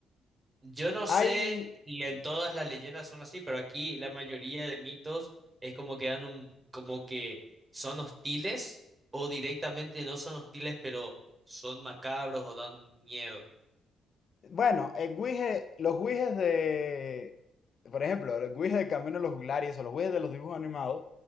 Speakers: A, on the right; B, on the left.
A: Yo no sé
B: Hay,
A: si en todas las leyendas son así, pero aquí la mayoría de mitos es como que dan un, como que son hostiles o directamente no son hostiles, pero son macabros o dan miedo.
B: bueno, el guije- los guijes de, por ejemplo, los guijes de Camino de los Juglares o los guijes de los dibujos animados